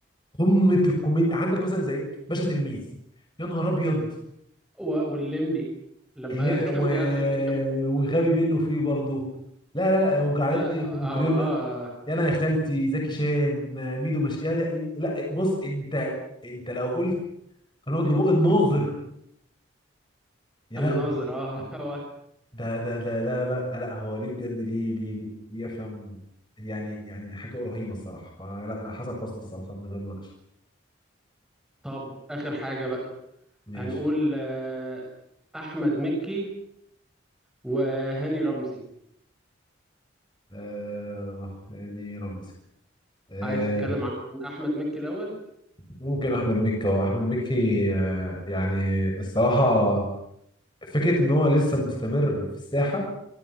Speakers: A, on the left (about 25°); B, in the centre.
A: قمه الكوميديا عندك مثلا زي باشا تلميذ يا نهار ابيض
B: و- والليمبي لما
A: اللي-
B: <laughs>
A: و...
B: كان بيعزف كان
A: وغبي منه فيه برضه لا لا لا وجعلتني
B: لا
A: مجرمه
B: هو اه
A: يا انا يا خالتي زكي شان ميدو مش يا لا, لا بص انت انت لو قلت هنقعد لبق الناظر يا
B: الناظر
A: لهوي
B: اه <laughs> هو
A: ده ده ده لا لا لا لا هو ليه بجد ليه ليه ليه, ليه افلام يعني يعني حاجه رهيبه الصراحه فلا لا حسن حسني الصراحه من غير مناقشه
B: طب اخر حاجه بقى
A: ماشي
B: هنقول آه، احمد مكي وهاني رمزي
A: آه يعني رمزي آه
B: عايز تتكلم عن احمد مكي الاول
A: ممكن احمد مكي اه احمد مكي آه، يعني الصراحه فكره ان هو لسه مستمر في الساحه